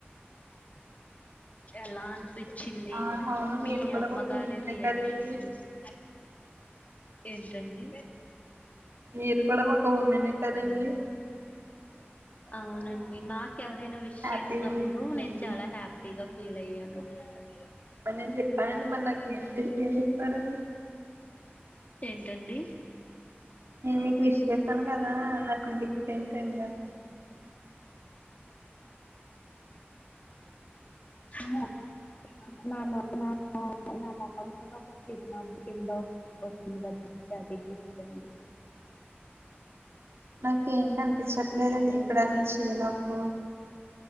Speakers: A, on the left; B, on the right.
A: ఎలా అన్పి చ్చింది
B: ఆ అవును మీరు
A: మీ
B: కూడా
A: అమ్మగారి
B: ఒక ఉమెనే
A: రియాక్షన్
B: కదండి
A: చూసి ఏంటండి
B: మీరు కూడా ఒక ఉమెనే కదండి
A: అవునండి నాక్ కెవరైనా విష్
B: హ్యాపీ
A: చేసినప్పుడు
B: ఉమెన్స్ డే
A: నేను
B: అండి
A: చాలా హ్యాపీగా ఫీల్ అయ్యాను <unintelligible>
B: మరి నేను చెప్పానండి మళ్ళీకి ఏం ఏమిస్తారండి
A: ఏంటండి
B: నేను మీకు విష్ చేస్తాను కదా నాకు గిఫ్ట్ ఏం <unintelligible>
A: నువ్వు నానా <unintelligible> నా ముఖం మీద ఒక చిరునవ్వు కింద వచ్చింది కదా అదే గిఫ్ట్ అండి
B: నాక్ ఎం పన్ ప్పించట్లేదండి
A: మీకు
B: ఇక్కడ మీ చిరునవ్వు